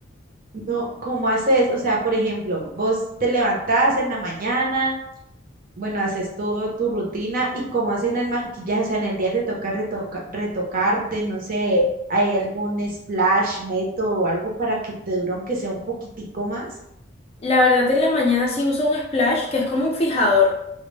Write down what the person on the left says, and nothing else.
La verdad en la mañana sí uso un splash que es como un fijador.